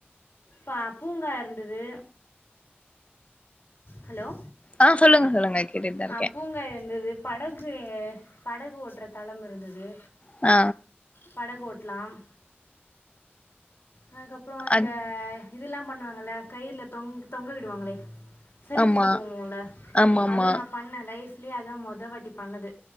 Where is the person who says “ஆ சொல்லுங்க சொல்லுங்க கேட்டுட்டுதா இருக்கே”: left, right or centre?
Left